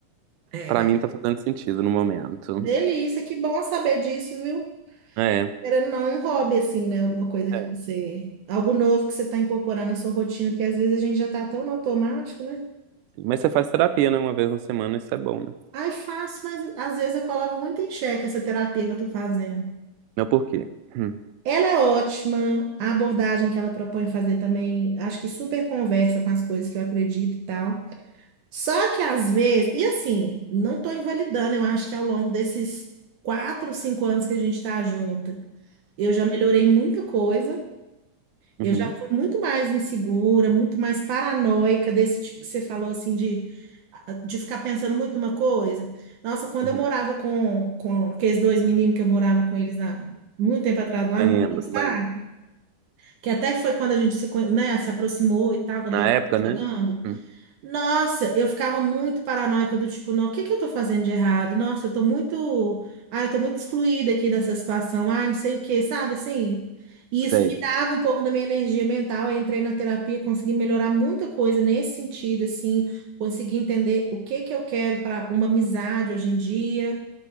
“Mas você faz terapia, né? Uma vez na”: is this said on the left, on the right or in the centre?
Right